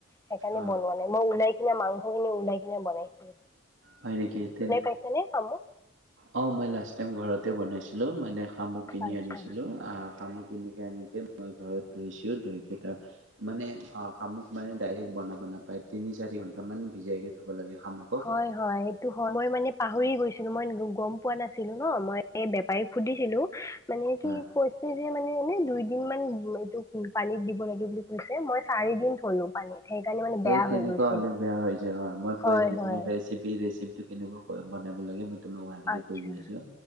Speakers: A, on the left; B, on the right.
A: সেইকাৰণে
B: অ
A: বনোৱা নাই মই ওলাই কিনে মাংসখিনি ওলাই কিনে বনাইছিলো।
B: হয় নেকি? তেনে
A: খাইছানে শামুক?
B: অ', মই লাষ্ট টাইম ঘৰতে বনাইছিলো মানে শামুক কিনি
A: আচ্ছা।
B: আনিছিলো। আহ, শামুক কিনিকে আনিকে মই ঘৰত ধুইছো ধুইক তাৰ মানে অ', শামুক মানে ডাইৰেক্ট বনাব নাপায় তিনি চাৰি ঘণ্টামান ভিজাইকৈ থ'ব লাগে শামুক।
A: হয়, হয়, এইটো হয় মই মানে পাহৰি গৈছ কিন্তু গম পোৱা নাছিলো ন' মই এই বেপাৰীক সুধিছিলো মানে কি
B: অ
A: কৈ ছে যে মানে এনে দুই দিন মান এইটো পানীত দিব লাগে বুলি কৈছে মই চাৰি দিন থ'লো পানীত। সেইকাৰণে মানে বেয়া
B: এ তেনেকুৱা
A: হৈ গৈছিল।
B: হ'লে বেয়া হৈ যায় হয় মই
A: হয়
B: কৈ আছোঁ।
A: হয়
B: তোমাক ৰেচিপি ৰেচিপিটো কেনেকুৱাকৈ বনাব লাগে মই তোমাক ভালকে
A: আচ্ছা
B: কৈ দি আছোঁ